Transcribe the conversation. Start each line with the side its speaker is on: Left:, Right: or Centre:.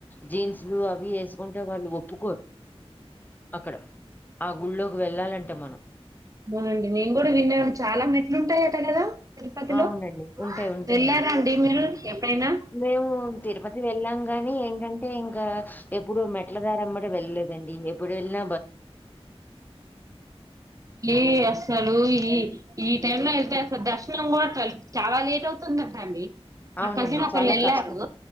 Left: జీన్స్లు అవి వేసుకుంటే వాళ్ళు ఒప్పుకోరు అక్కడ ఆ గు గుళ్ళోకి వెళ్ళాలంటే మనం
Right: అవునండి నేను కూడా విన్నాను చాలా మెట్లుంటాయట కదా తిరుపతిలో
Left: అవునండి ఉంటాయి ఉంటాయండి
Right: వెళ్ళారండి మీరు ఎప్పుడైనా
Left: మేము తిరుపతి వెళ్ళాం కానీ ఏంటంటే ఇంకా ఎప్పుడు మెట్ల దారేంబడి వెళ్ళలేదండి ఎప్పుడు వెళిన
Right: ఇ అసలు ఈ ఈ టైం లో వెళ్తే అసలు దర్శనం కూడా చాలా లేట్ వుతుందంటాండి మా
Left: అవునండి
Right: కజిన్ ఒకళు
Left: చాలా
Right: వెళ్ళారు
Left: కష్టం